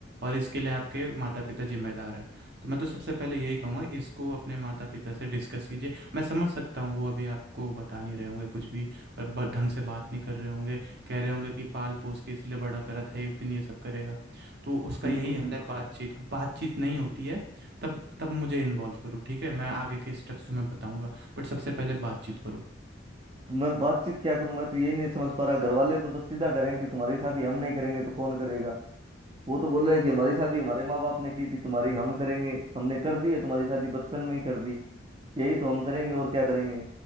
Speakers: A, on the right (about 60°); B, on the right (about 30°).
A: और इसके लिए आपके माता पिता जिम्मेदार है तो मैं तो सबसे पहले यही कहूँगा इसको अपने माता पिता से डिस्कस कीजिए। मैं समझ सकता हूँ वो अभी आपको बता नहीं रहे होंगे कुछ भी अ, ब ढंग से बात नहीं कर रहे होंगे। कह रहे होंगे कि पाल-पोस के इसलिए बड़ा करा था, एक दिन ये सब करेगा। तो उसका
B: बिल्कुल
A: यही हल
B: बिल्कुल
A: है बातचीत। अब बातचीत नहीं होती है तब तब मुझे इन्वॉल्व करो ठीक है? मैं आगे के स्टेप्स तुम्हें बताऊँगा बट सबसे पहले बातचीत करो।
B: तो मैं बातचीत क्या करूं मैं तो यही नहीं समझ पा रहा घर वाले तो बस सीधा करें कि तुम्हारी शादी हम नहीं करेंगे तो कौन करेगा वो तो बोल रहे हैं कि हमारी शादी हमारे माँ बाप ने की थी तुम्हारी हम करेंगे हमने कर दी है तुम्हारी शादी बचपन में ही कर दी यही तो हम करेंगे और क्या करेंगे